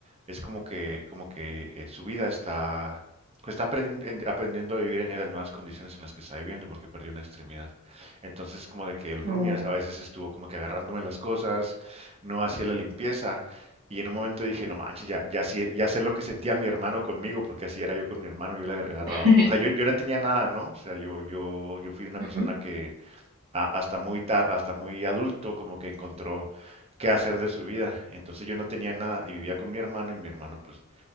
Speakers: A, on the right; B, on the right.
A: es como que, como que eh, su vida está, está aprendi- en- aprendiendo a vivir en, en las nuevas condiciones en las que está viviendo porque perdió una extremidad. Entonces, como de que el
B: Oh.
A: roomie a a veces estuvo como que agarrándome las cosas, no hacía la limpieza. Y en un momento dije, no manches, ya, ya, sí- ya sé lo que sentía mi hermano conmigo, porque así era yo con mi hermano, yo le agarraba.
B: <laughs>
A: O sea, yo, yo no tenía nada, ¿no? O sea, yo, yo, yo fui una persona
B: Ujú.
A: que, a- hasta muy, ta- hasta muy adulto, como que encontró qué hacer de su vida. Entonces yo no tenía nada y vivía con mi hermano y mi hermano, pues,